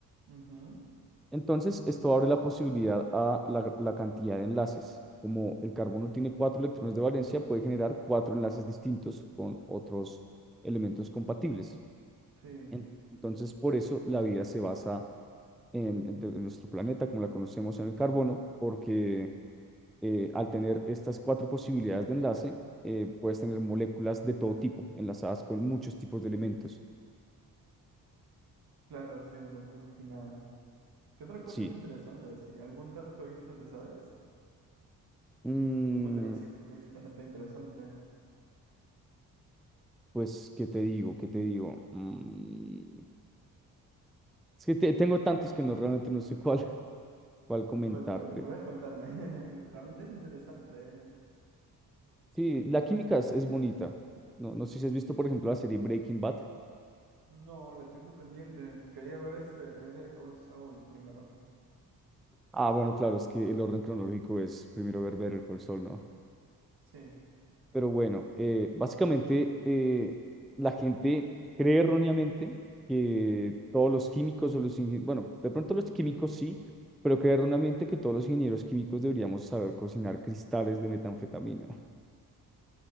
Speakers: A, on the right; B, in the centre.
A: Ujú.
B: Entonces, esto abre la posibilidad a la, la cantidad de enlaces. Como el carbono tiene 4 electrones de valencia, puede generar 4 enlaces distintos con otros elementos compatibles.
A: Sí,
B: En- Entonces, por eso la vida se basa en, en- en nuestro planeta, como la conocemos en el carbono, porque eh, al tener estas cuatro posibilidades de enlace, eh, puedes tener moléculas de todo tipo, enlazadas con muchos tipos de elementos.
A: claro, sí, me lo puedo imaginar. ¿Qué otra cosa
B: Sí.
A: es interesante así? ¿Algún dato extra te sabes?
B: Mm,
A: Como el del oxígeno. El oxígeno está interesante.
B: Pues, ¿qué te digo? ¿Qué te digo? Mm, es que te- tengo tantos que no realmente no sé cuál, <laughs> cuál comentarte.
A: Oh, está bien, me vas a contarme. <laughs> Realmente es interesante.
B: Sí, la química es, es bonita. No, no sé si has visto, por ejemplo, la serie Breaking Bad.
A: No, la tengo pendiente. Quería ver este Better Call Saul primero.
B: Ah, bueno, claro, es que el orden cronológico es primero ver Better Call Saul, ¿no?
A: Sí,
B: Pero bueno, eh, básicamente eh, la gente cree erróneamente que todos los químicos o los ingenieros, bueno, de pronto los químicos sí, pero cree erróneamente que todos los ingenieros químicos deberíamos saber cocinar cristales de metanfetamina.